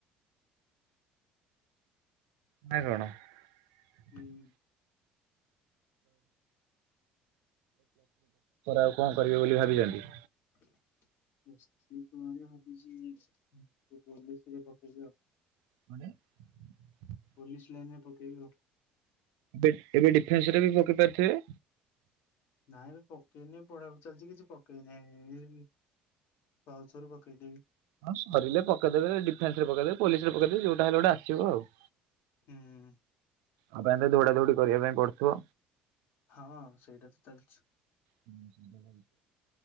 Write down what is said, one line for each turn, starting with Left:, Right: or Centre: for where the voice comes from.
Right: ନା କଣ? ହଉ। <unintelligible>
Left: ହୁଁ
Right: ଆଉ କଣ କରିବେ ବୋଲି ଭାବିଛନ୍ତି?
Left: <unintelligible>
Right: <unintelligible>
Left: ପୋଲିସି ଲାଇନି ରେ ପକେଇବି ଆଉ।
Right: ଏ ଏବେ ଡିଫେନ୍ସ ରେ ବି ପକେଇ ପାରୁଥିବେ?
Left: ନାଇଁ ଏ ପକେଇନି ପଢା ପଢି ଚାଲିଛି କିଛି ପକେଇ ନାହିଁ ଏ ଆଉ ଥରେ ପକେଇଦେବୀ।
Right: ହଁ ସାରିଲେ ପକଇଦେବେ ଡିଫେସ ରେ ପକେଇଦେବେ ପୋଲିସି ରେ ପକେଇଦେବି ଯୋଉଟା ହେଲେ ଗୋଟେ ଆସିବ ଆଉ।
Left: ହୁଁ।
Right: ଆଉ ପାଇଁ ଦୌଡା ଧୌଡି କରିବା ପାଇଁ ପଡୁଥିବ?
Left: ହଁ ସେଇଟା ତ ଚାଲିଛି।
Right: କରିବି ବୋଲି